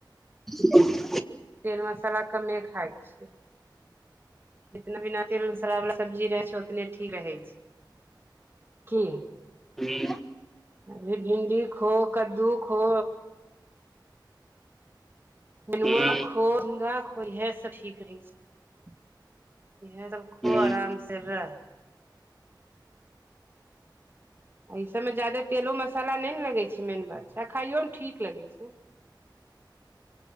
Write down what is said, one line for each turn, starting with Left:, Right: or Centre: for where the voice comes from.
Centre: <unintelligible>
Right: तेल मसाला कमे खााय छियै जितना बिना तेलमसला बालला सब्जी रहै छै उतने ठीक रहै छै की
Centre: हुँ
Right: अभी भिन्डी खो कद्दू खो ननुआ
Centre: ह
Right: खो मुनगा खो यह सब ठीक रहै छै इहे सब खो
Centre: ह
Right: आराम से रह ई सभमे ज्यादे तेलो मसाला नहि ने लगै छै मेन बात छै आ खाइयोमे ठीक लगैत छै